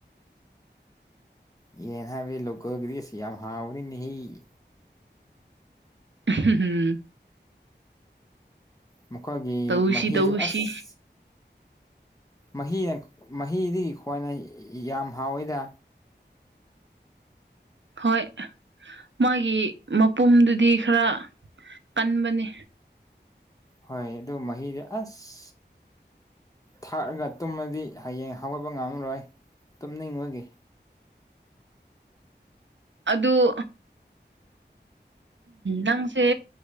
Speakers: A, on the left (about 20°); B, on the right (about 85°).
A: ꯍꯌꯦꯡ ꯍꯥꯏꯕ ꯏꯜꯂꯨ ꯀ‌ꯣ ꯒꯤꯔꯤꯁ ꯌꯥꯝ ꯍꯥꯥꯎꯅꯤꯅ‌ꯦꯍ‌‌ꯦ
B: <unintelligible>
A: ꯃꯈꯣꯏꯒꯤ
B: ꯇꯧꯁꯤ
A: ꯃꯍꯤꯗꯨ
B: ꯇꯧꯁꯤ
A: ꯑꯁ ꯃꯍꯤ ꯃꯍꯤꯗꯒꯤ ꯈ꯭ꯋꯥꯏꯅ ꯌꯥꯝ ꯍꯥꯎꯋꯦꯗ
B: ꯍꯣꯏ ꯃꯥꯒꯤ ꯃꯄꯨꯝꯗꯨꯗꯤ ꯈꯔ ꯀꯟꯕꯅꯤ
A: ꯍꯣꯏ ꯑꯗꯨꯣ ꯃꯍꯤꯗ ꯑꯁ ꯊꯥꯛꯑꯒ ꯇꯨꯝꯃꯗꯤ ꯍꯌꯦꯡ ꯍꯧꯒꯠꯄ ꯉꯝꯃꯔꯣꯏ ꯇꯨꯝꯅꯤꯡꯕꯒꯤ
B: ꯑꯗꯨ ꯎ ꯅꯪꯁꯦ